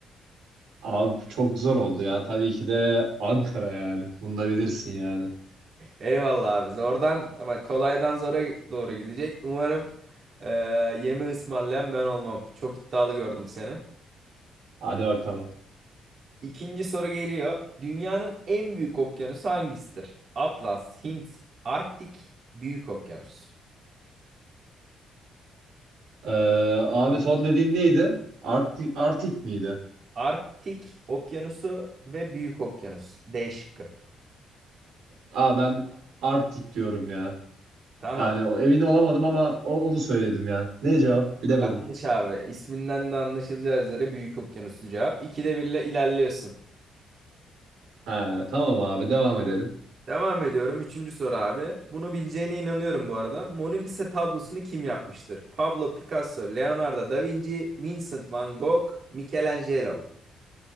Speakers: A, on the right (about 85°); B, on the right (about 50°).
A: Abi çok zor oldu ya. Tabii ki de Ankara yani. Bunu da bilirsin yani.
B: Eyvallah abi. Zordan ama kolaydan zora doğru gidecek. Umarım e, yeme ısmarlayan ben olmam. Çok iddialı gördüm seni.
A: Hadi bakalım.
B: İkinci soru geliyor. Dünyanın en büyük okyanusu hangisidir? Atlas, Hint, Arktik, Büyük Okyanus.
A: Ee, abi son dediğin neydi? Artik Artik miydi?
B: Arktik Okyanusu ve Büyük Okyanus. D şıkkı.
A: Aa ben Artik diyorum ya.
B: Tamam.
A: Yani o emin olamadım ama o- onu söyledim ya. Ne cevap? Bilemedim.
B: Yanlış abi. İsminden de anlaşılacağı üzere Büyük Okyanuslu cevap. İkide birle ilerliyorsun.
A: He, tamam abi devam edelim.
B: Devam ediyorum. Üçüncü soru abi. Bunu bileceğine inanıyorum bu arada. Mona Lisa tablosunu kim yapmıştır? Pablo Picasso, Leonardo da Vinci, Vincent van Gogh, Michelangelo.